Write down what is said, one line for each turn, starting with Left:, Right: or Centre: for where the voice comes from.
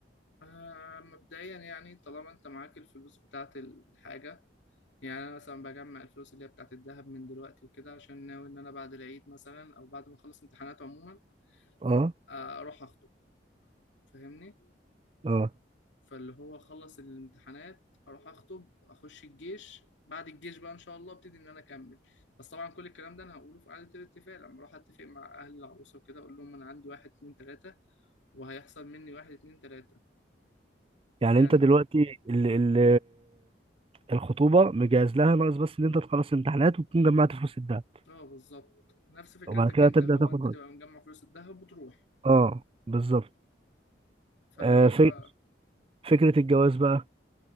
Left: آه مبدئيا يعني طالما انت معاك الفلوس بتاعت الحاجه يعني انا مثلا بجمع الفلوس اللي هي بتاعت الذهب من دلوقتي وكده عشان ناوي ان انا بعد العيد مثلا او بعد ما اخلص امتحانات عموما
Right: أه
Left: آه، اروح اخطب فاهمني
Right: أه
Left: فاللي هو اخلص الامتحانات اروح اخطب اخش الجيش بعد الجيش بقى ان شاء الله ابتدي ان انا اكمل بس طبعا كل الكلام ده انا هقوله في قعده الاتفاق لما اروح اتفق مع اهل العروسه وكده اقول لهم انا عندي واحد اتنين تلاته وهيحصل مني واحد اتنين تلاته
Right: يعني
Left: يعني
Right: أنت دلوقتي ال ال الخطوبة مجهز لها ناقص بس إن أنت تخلص امتحانات وتكون جمعت فلوس الدهب
Left: اه بالظبط نفس فكرتك
Right: وبعد كده
Left: انت
Right: تبدأ
Left: اللي هو
Right: تاخد
Left: انت
Right: خطوة
Left: تبقى مجمع فلوس الذهب وتروح
Right: أه بالظبط
Left: فاللي
Right: آه
Left: هو
Right: في فكرة الجواز بقى